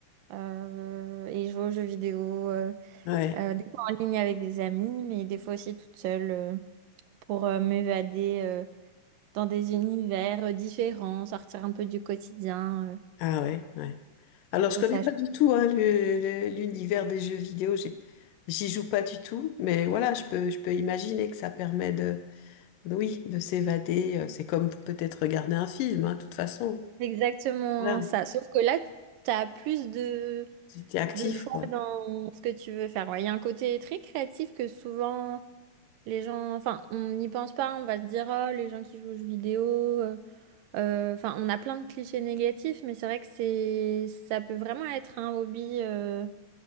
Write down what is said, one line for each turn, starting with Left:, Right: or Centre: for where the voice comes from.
Right: euh, et jouer aux jeux vidéo. euh,
Left: Ouais.
Right: euh, des fois en ligne avec des amis, mais des fois aussi toute seule euh, pour euh, m'évader. euh, dans des univers euh, différents, sortir un peu du quotidien. euh,
Left: Ah ouais, ouais. Alors,
Right: je
Left: je
Right: trouve
Left: connais
Right: ça
Left: pas
Right: chouette.
Left: du tout hein, le- le- l'univers des jeux vidéo. J'ai- J'y joue pas du tout, mais voilà, je peux, je peux imaginer que ça permet de, oui, de s'évader. Euh, C'est comme peut-être regarder un film, hein, de toute façon.
Right: exactement
Left: Voilà,
Right: hein, ça. Sauf que là, tu as plus de,
Left: tu t'es actif,
Right: de choix
Left: quoi.
Right: dans ce que tu veux faire. Ouais, Il y a un côté très créatif que souvent les gens, enfin, on n'y pense pas, on va se dire, oh, les gens qui jouent aux jeux vidéo, euh, euh, enfin, on a plein de clichés négatifs, mais c'est vrai que c'est, ça peut vraiment être un hobby euh,